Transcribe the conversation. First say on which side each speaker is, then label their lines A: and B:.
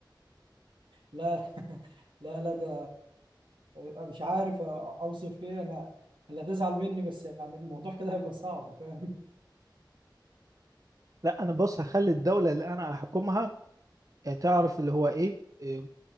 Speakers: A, on the right; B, on the right.
A: لا <laughs> لا لا ده ده مش عارف اوصف ايه انا اللي هتزعل مني بس يعني الموضوع كده هيبقى صعب فاهم
B: لا انا بص هخلي الدولة اللي انا هحكمها آه، تعرف اللي هو ايه إيه،